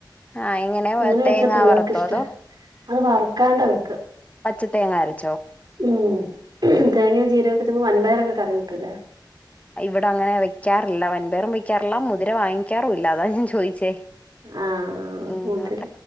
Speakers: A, on the left; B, on the right.
A: ആഹ് എങ്ങനെ
B: അങ്ങനെ വെച്ചാ
A: തേങ്ങ
B: പിള്ളേർക്ക്
A: വറുത്തോ
B: ഇഷ്ട
A: അതോ
B: അത് വറ്ക്കാണ്ട് വെക്ക
A: പച്ച തേങ്ങാ അരച്
B: മ്മ് തേങ്ങയും ചീരൊക്കെ ച വൻപയർൊക്കെ കറി വെക്കിലെ
A: ഇവിടെ അങ്ങനെ വെക്കാറില്ല വൻപയറും വെക്കാറില്ല മുതിര വാങ്ങിക്കാറുല്ല അതാ ഞാൻ ചോദിച്ചേ
B: ആഹ
A: ഇങ്ങോട്ട
B: മുത്തര